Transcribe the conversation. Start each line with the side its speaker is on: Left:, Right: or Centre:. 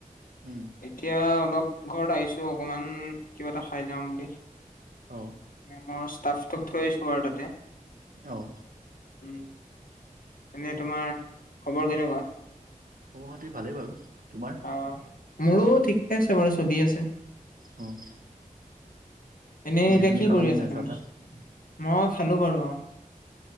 Right: উম।
Left: এতিয়া অলপ ঘৰত আহিছো অকণমান, কিবা এটা খাই যাম বুলি।
Right: অ।
Left: মই ষ্টাফটো থৈ আছো বাৰু তা'তে।
Right: অহ।
Left: উম, এনেই তোমাৰ খবৰ কেনেকুৱা?
Right: অ মোৰ মতে ভালেই বাৰু। তোমাৰ?
Left: অহ। মোৰো ঠিকে আছে বাৰু চলি আছে।
Right: অহ।
Left: এনে
Right: বাকী
Left: এতিয়া
Right: তুমি
Left: কি
Right: খালা
Left: কৰি
Right: নে
Left: আছা
Right: নাই
Left: তুমি
Right: চাহ-তা?
Left: মই খালো বাৰু অঁহ।